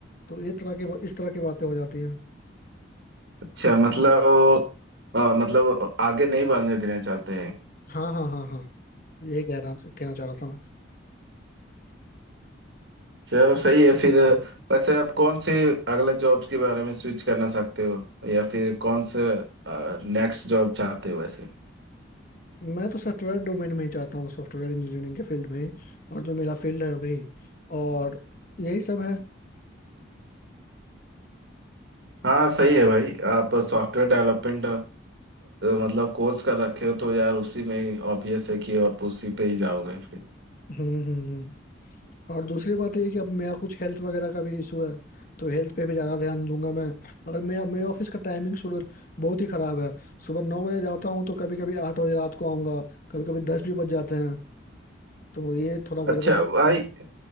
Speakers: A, on the left; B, on the right.
A: तो ये तरह की बा- इस तरह की बातें हो जाती हैं
B: अच्छा मतलब वो अ, मतलब आगे नहीं बढ़ने देना चाहते हैं
A: हाँ हाँ हाँ हाँ यही कह रहा कहना चाह रहा था
B: चलो सही है फिर वैसे आप कौन से अगले जॉब्स के बारे में स्विच करना चाहते हो या फिर कौन से नेक्स्ट जॉब चाहते हो वैसे
A: मैं मैं तो सॉफ्टवेयर डोमेन में ही चाहता हूँ सॉफ्टवेयर इंजीनियरिंग के फील्ड में ही और जो मेरा फील्ड है वही और यही सब है
B: हाँ सही है भाई आप सॉफ्टवेयर डेवलपमेंट मतलब कोर्स कर रखे हो तो यार उसी में ही ऑब्वियस है कि आप उसी पे ही जाओगे फिर
A: हम्म हम्म हम्म। और दूसरी बात ये है कि अब मेरा कुछ हेल्थ वगैरह का भी इशू है तो हेल्थ पे भी ज़्यादा ध्यान दूंगा मैं अगर मेरा मेरे ऑफिस का टाइमिंग शेड्यूल बहुत ही ख़राब है सुबह नौ बजे जाता हूँ तो कभी कभी आठ बजे रात को आऊँगा कभी कभी दस भी बज जाते हैं तो ये थोड़ा गड़बड़
B: अच्छा
A: है
B: भाई